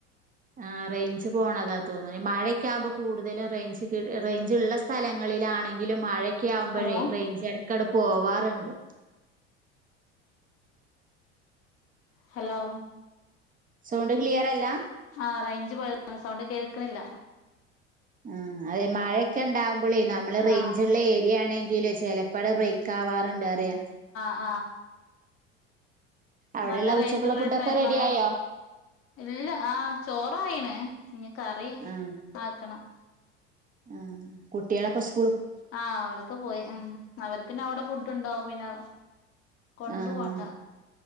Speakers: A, on the right (about 20°); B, on the left (about 40°).
A: ആ റേഞ്ച് പോണതാ തോന്ന്ണ്. ഈ മഴക്കെയാവുമ്പോ കൂടുതലും റേഞ്ച് കി റേഞ്ച്ള്ള സ്ഥലങ്ങൾ ളാണെങ്കിലും മഴക്ക്യാവുമ്പഴേ
B: ഹലോ
A: റേഞ്ച്ടക്കാൻണ്ട് പോവാറ്ണ്ട്
B: ഹലോ
A: സൗണ്ട് ക്ലിയറല്ലാ
B: ആ റേഞ്ച് പോയ സൗണ്ട് കേൾക്ക്‌ണില്ല.
A: ഉം അതെ മഴയൊക്കെ ഉണ്ടാവുമ്പോളേ, നമ്മള് റേഞ്ചുള്ള
B: ആ
A: ഏരിയ ആണെങ്കിൽ ഇതില് ചേലപ്പള് ബ്രേക്ക്, അവര്ണ്ട് അറിയ.
B: ആഹ,
A: അവിടെയുള്ള
B: നല്ല റേഞ്ചുള്ള
A: ഉച്ചക്കുള്ള ഫുഡൊക്കെ
B: ടൈം
A: റെഡി
B: ആയാൽ.
A: ആയോ
B: ഇല്ല, ആ ചോറായിണ്, ഇനി കറി
A: ആ
B: ആക്കണം.
A: ഉം കുട്ടിള്ളൊക്കെ സ്കൂ
B: ആഹ് അവരൊക്കെ പോയി ഉം അവർക്ക് ഇനി അവിടെ ഫുടുണ്ടാകും പിന്നെ കൊണ്ട്
A: ആ
B: പോണ്ട